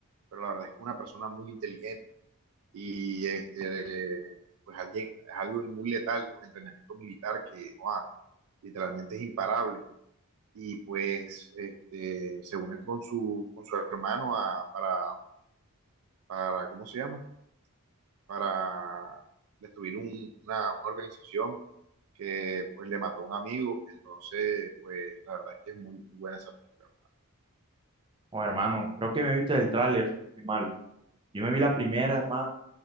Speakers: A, on the right (about 70°); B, on the right (about 20°).
A: pero la verdad es que es una persona muy inteligente y este, eh, pues alguien, es algo muy letal con entrenamiento militar que wow, literalmente es imparable y pues este, se une con su, con su hermano a, para, para, ¿cómo se llama? Para destruir un, una, una organización que pues le mató a un amigo, entonces pues la verdad es que es muy, muy buena esa película.
B: O hermano, creo que me viste el tráiler, si no estoy mal. Yo me vi la primera, hermano,